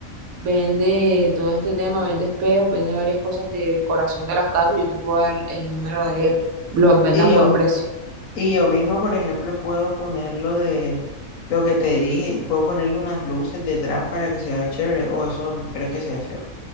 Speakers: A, on the right; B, on the left.
A: vende todo este tema, vende espejos, vende varias cosas de decoración de las casas, yo te puedo dar el número de él, los vende
B: Y
A: a un
B: yo,
A: buen precio.
B: Y yo mismo, por ejemplo, puedo ponerlo de lo que te dije, puedo ponerle unas luces detrás para que se vea chévere, o eso crees que se ve feo.